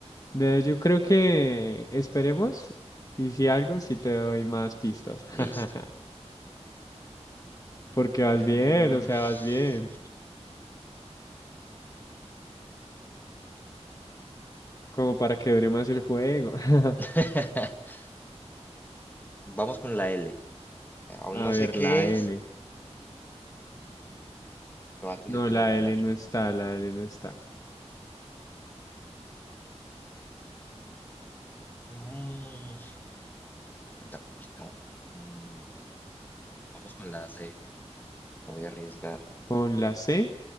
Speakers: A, on the left; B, on the left.
A: De- yo creo que esperemos y si algo, sí te doy más pistas.
B: Listo.
A: <laughs> Porque vas
B: Veamos.
A: bien, o sea, vas bien. Como para que dure más el juego. <laughs>
B: <laughs> Vamos con la L. Aún
A: A
B: no
A: ver,
B: sé qué
A: la L.
B: es, pero algo
A: No,
B: le tengo
A: la
B: que
A: L
B: dar.
A: no está, la L no está.
B: Mm, está complicado. Mm, vamos con la C. Me voy a arriesgar.
A: Con la C,